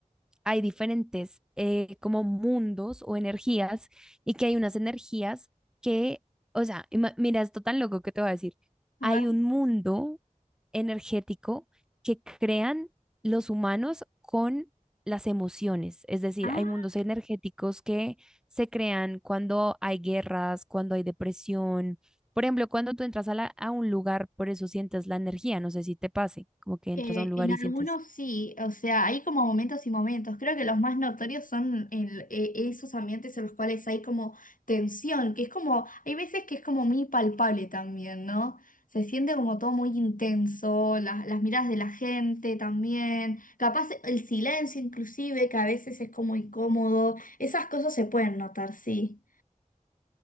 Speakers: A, in the centre; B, on the left.
A: hay diferentes eh, como mundos o energías y que hay unas energías que, o sea, ima- mira, esto tan loco que te voy a decir,
B: A
A: hay
B: ver.
A: un mundo energético que crean los humanos con las emociones, es decir,
B: Ah,
A: hay mundos energéticos que se crean cuando hay guerras, cuando hay depresión. Por ejemplo, cuando tú entras a, la- a un lugar, por eso sientes la energía, no sé si te pase, como que entras
B: eh,
A: a un lugar
B: en
A: y
B: algunos
A: sientes
B: sí, o sea, hay como momentos y momentos. Creo que los más notorios son en, eh, esos ambientes en los cuales hay como tensión, que es como, hay veces que es como muy palpable también, ¿no? Se siente como todo muy intenso, las, las miradas de la gente también, capaz el silencio inclusive, que a veces es como incómodo. Esas cosas se pueden notar, sí.